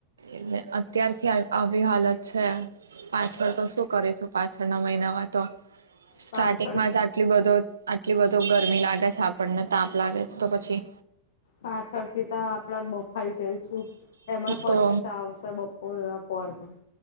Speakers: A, on the right; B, on the left.
A: એટલે અત્યારથી આવી હાલત છે, પાછળ તો શું કરીશું પાછળના મહિનામાં તો. સ્ટાર્ટિંગમાં
B: પાછળ
A: જ આટલો બધો આટલી વધું ગરમી લાગે છે આપણને તાપ લાગે છે તો પછી.
B: પાછળથી તો આપડે બફાઈ જઈશ. એમાં પરીક્ષા
A: તો
B: આવશે બપોર પણ.